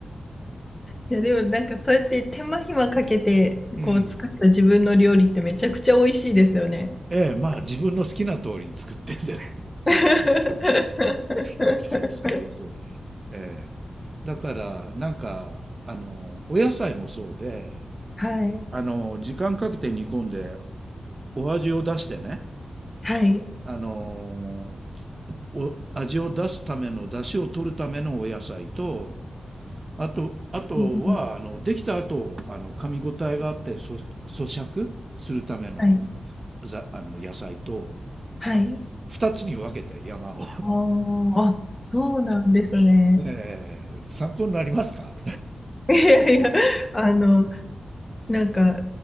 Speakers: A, on the left; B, on the right.
A: いや、でもなんかそうやって手間暇かけて、
B: うん。
A: こう作った自分の料理ってめちゃくちゃ美味しいですよね。
B: ええ、まあ、自分の好きな通りに作ってんでね。
A: <laughs>
B: <laughs> そうですよね。ええ。だから、なんか、あの、お野菜もそうで、
A: はい。
B: あの、時間かけて煮込んで、お味を出してね、
A: はい。
B: あの、お味を出すための出汁を取るためのお野菜とあとあとはあのできた後あの噛み応えがあってそ咀嚼するための
A: うんうんはい。
B: ざあの野菜と
A: はい。
B: あの2つに分けて山を、
A: あーあ、そうなんですね。
B: <laughs> ええ参考になりますか
A: いやいや、あの、なんか、